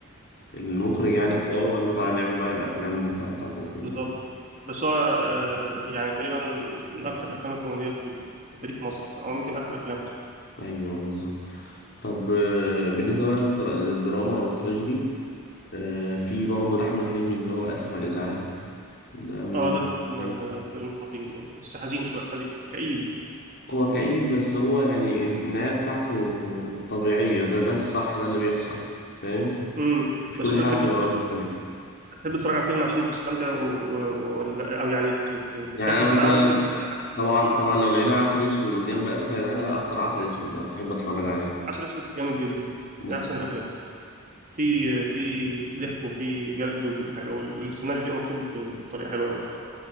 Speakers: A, on the left; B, on the right.
A: المخرج يعني
B: عملوا
A: اختاره
B: له بقى شخصية
A: وقال له تعالى نعمل بقى الافلام بتاعتك وكده
B: بالظبط بس هو آه، يعني تقريبا من اكتر الافلام الكوميدية في, ال... في تاريخ مصر اصلا او يمكن احلى الافلام اصلا
A: ايوه بالظبط طب آه، بالنسبه بقى للتر- للدراما او التراجيدي آه، في برضه لاحمد حلمي اللي هو اسف على الازعاج ده من
B: اه ده فيلم
A: الافلام
B: آه، فيلم خطير برضه بس حزين شوية حزين كئيب
A: هو كئيب بس هو يعني النهايه بتاعته طبيعيه ده ده الصح ده اللي بيحصل فاهم
B: امم
A: مش
B: بس
A: كل
B: انت
A: حاجه
B: بتحب
A: بتبقى
B: بتحب
A: وارد
B: تتفرج على فيلم عشان تستمتع و... و... ولا او يعني ت... ت- تتاخد
A: يعني انا مثلا
B: معاه ولا تحب تتفرج على حاجة
A: طبعا طبعا لو لقينا عسل اسود جنب اسف يعني انا اختار عسل اسود انا بحب اتفرج عليه
B: عسل اسود جامد جدا
A: بالظبط
B: من احسن الافلام في في ضحك وفي جد وكل حاجه والسيناريو مكتوب بطريقه حلوه قوي بصراحه